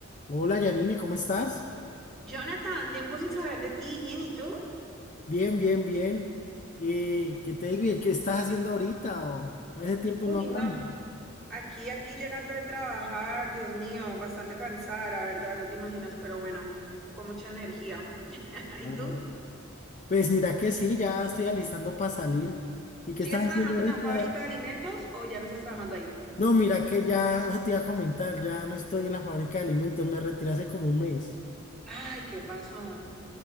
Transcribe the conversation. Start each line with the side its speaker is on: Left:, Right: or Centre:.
Left: Hola Janine, ¿cómo estás?
Centre: Jonathan, tiempo sin saber de ti, bien, ¿y tú?
Left: Bien, bien, bien. Eh, ¿qué te digo? ¿Y qué estás haciendo ahorita? O, ese tiempo
Centre: Uy,
Left: no hablamos.
Centre: no, aquí, aquí llegando de trabajar, Dios mío, bastante cansada, la verdad, no te imaginas, pero bueno, con mucha energía. <laughs> ¿Y
Left: Ah,
Centre: tú?
Left: Pues mira que sí, ya estoy alistando para salir. ¿Y qué
Centre: ¿Sigues
Left: estás
Centre: trabajando
Left: haciendo ahorita?
Centre: en la fábrica de alimentos o ya no estás trabajando ahí?
Left: No, mira que ya, eso te iba a comentar, ya no estoy en la fábrica de alimentos, me retiré hace como un mes.
Centre: Ay, ¿qué pasó? Ujú.